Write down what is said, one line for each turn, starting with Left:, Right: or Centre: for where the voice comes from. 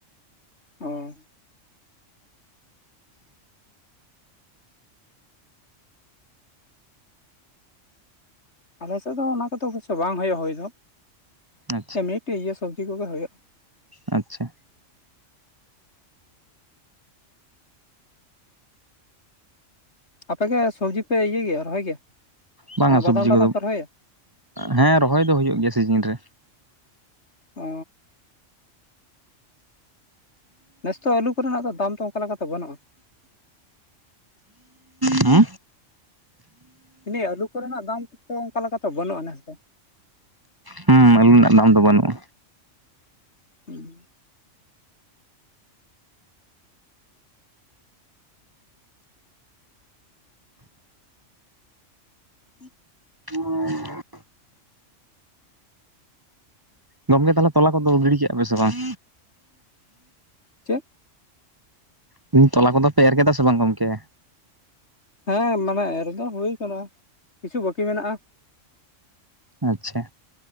Left: ᱦᱩᱸ ᱟᱞᱮ ᱥᱮᱫ ᱫᱚ ᱚᱱᱟ ᱠᱚᱫᱚ ᱚᱵᱚᱥᱳᱭ ᱵᱟᱝ ᱦᱩᱭᱩᱜ-ᱟ ᱦᱩᱭ ᱫᱚ᱾
Right: ᱟᱪᱪᱷᱟ᱾
Left: ᱢᱤᱫᱴᱤᱡ ᱤᱭᱟᱹ ᱥᱚᱵᱽᱡᱤ ᱠᱚᱜᱮ ᱦᱳᱭᱳᱜ᱾
Right: ᱟᱪᱪᱷᱟ ᱾
Left: ᱟᱯᱮᱜᱮ ᱥᱚᱵᱡᱤ ᱯᱮ ᱤᱭᱟᱹ ᱜᱮᱭᱟ ᱨᱚᱦᱚᱭ ᱜᱮᱭᱟ?
Right: ᱵᱟᱝᱟ
Left: ᱚᱱᱟ
Right: ᱥᱚᱵᱡᱤ
Left: ᱵᱟᱫᱟᱢ ᱴᱟᱫᱟᱢ
Right: ᱠᱚᱫᱚ
Left: ᱯᱮ ᱨᱚᱦᱚᱭᱟ
Right: ᱦᱮᱸ ᱨᱚᱦᱚᱭ ᱫᱚ ᱦᱩᱭᱩᱜ ᱜᱮᱭᱟ ᱥᱤᱡᱤᱱ ᱨᱮ᱾
Left: ᱚ ᱱᱮᱥᱛᱚ ᱟᱞᱩ ᱠᱚᱨᱮᱱᱟᱜ ᱫᱚ ᱫᱟᱢ ᱫᱚ ᱚᱱᱠᱟ ᱞᱮᱠᱟᱛᱮ ᱵᱟᱹᱱᱩᱜᱼᱟ᱾
Right: ᱦᱩ᱾
Left: ᱢᱮᱱ ᱫᱟᱹᱧ ᱟᱹᱞᱩ ᱠᱚᱨᱮᱱᱟᱜ ᱫᱟᱢ ᱠᱚᱛᱚ ᱚᱝᱠᱟ ᱞᱮᱠᱟ ᱛᱚ ᱵᱟᱹᱱᱩᱜᱼᱟ ᱱᱮᱥ ᱫᱚ ᱾
Right: ᱦᱩᱸ ᱟᱹᱞᱩ ᱨᱮᱱᱟᱜ ᱫᱟᱢ ᱫᱚ ᱵᱟᱹᱱᱩᱜ-ᱟ᱾
Left: ᱦᱩᱸ᱾ <inaudible>
Right: <inaudible> ᱜᱚᱢᱠᱮ ᱛᱟᱦᱚᱞᱮ ᱛᱚᱞᱟ ᱠᱚᱫᱚ ᱜᱤᱲᱤ ᱠᱮᱜᱼᱟ ᱯᱮ ᱥᱮ ᱵᱟᱝ?
Left: ᱪᱮᱫ?
Right: ᱢᱮᱱ ᱫᱟᱹᱧ ᱛᱚᱞᱟ ᱠᱚᱫᱚ ᱯᱮ ᱮᱨ ᱠᱮᱫᱟ ᱥᱮ ᱵᱟᱝ ᱜᱚᱢᱠᱮ?
Left: ᱦᱮᱸ ᱢᱟᱱᱮ ᱮᱨ ᱫᱚ ᱦᱩᱭ ᱟᱠᱟᱱᱟ, ᱠᱤᱪᱷᱩ ᱵᱟᱹᱠᱤ ᱢᱮᱱᱟᱜᱼᱟ᱾
Right: ᱟᱪᱪᱷᱟ᱾